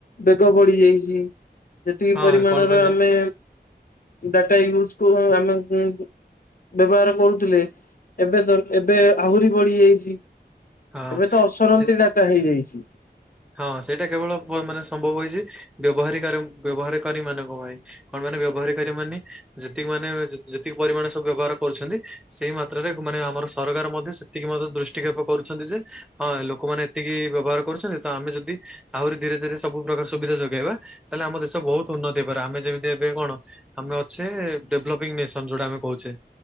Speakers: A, on the left (about 55°); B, in the centre.
A: ବେଗ ବଢି ଯାଇଛି। ଯେତିକି
B: ହଁ
A: ପରିମାଣର
B: କଣ ପାଇଁ
A: ଆମେ
B: ନା
A: ଡାଟା ୟୁଜ କଉ ଆମେ ଉଁ ବ୍ୟବହାର କରୁଥିଲେ ଏବେ ଦ ଏବେ ଆହୁରି ବଢି ଯାଇଛି।
B: ହଁ
A: ଏବେ ତ ଅସରନ୍ତି
B: ସେ
A: ଡାଟା ହେଇଯାଇଛି।
B: ହଁ ସେଇଟା କେବଳ ବ ମାନେ ସମ୍ଭବ ହେଇଛି ବ୍ୟବହାରୀ ବ୍ୟବହାରକାରୀ ମାନଙ୍କ ପାଇଁ। କଣ ମାନେ ବ୍ୟବହାରକାରୀ ମାନେ ଯେତିକି ମାନେ ଯେତିକି ପରିମାଣ ସବୁ ବ୍ୟବହାର କରୁଛନ୍ତି ସେଇ ମାତ୍ରାରେ ମାନେ ଆମର ସରକାର ମଧ୍ୟ ସେତିକି ମଧ୍ୟ ଦୃଷ୍ଟିକ୍ଷେପ କରୁଛନ୍ତି ଯେ ହଁ ଲୋକମାନେ ଏତିକି ବ୍ୟବହାର କରୁଛନ୍ତି ତ ଆମେ ଯଦି ଆହୁରି ଧୀରେ ଧୀରେ ସବୁ ପ୍ରକାର ସୁବିଧା ଯୋଗେଇବା ତାହେଲେ ଆମ ଦେଶ ବହୁତ ଉନ୍ନତି ହେଇପାରିବ। ଆମେ ଯେମିତି ଏବେ କଣ ଆମେ ଅଛେ ଡେଭଲପିଙ୍ଗ ନେସନ ଯୋଉଟା ଆମେ କହୁଛେ